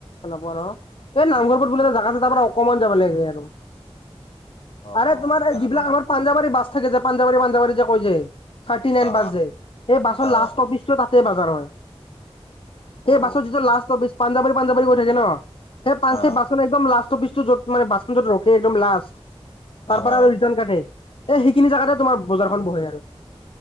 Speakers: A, on the left (about 55°); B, on the left (about 70°).
A: চলাব ন এই নামঘৰপ বুলি এটা জেগা আছে তাৰ পৰা অকমান যাব লাগে আৰু
B: অ
A: আৰে
B: অ
A: তোমাৰ
B: তাৰে
A: এই যিবিলাক
B: পৰা
A: আমাৰ পাঞ্জাবাৰী বাছ থাকে যে পাঞ্জাবাৰী পাঞ্জাৱাৰী যে কয় যে থাৰ্টি নাইন
B: অ অ
A: বাছ যে সেই বাছৰ
B: অ
A: লাষ্ট অফিচ তাতে বাজাৰ হয় সেই
B: অ
A: বাছত যিটো লাষ্ট অফিচ পাঞ্জাৱাৰী পাঞ্জাৱাৰী গৈ থাকে ন সেই পাঁচচি
B: অ
A: পাচত একদম লাষ্ট অফিচটোত য'ত মানে বাছ য'ত ৰখে একদম লাষ্ট তাৰ
B: অ
A: পৰা
B: অ
A: আৰু ৰিটাৰ্ণ কাটে এ সেইখিনি জেগাতে তোমাৰ বজাৰখন বহে আৰু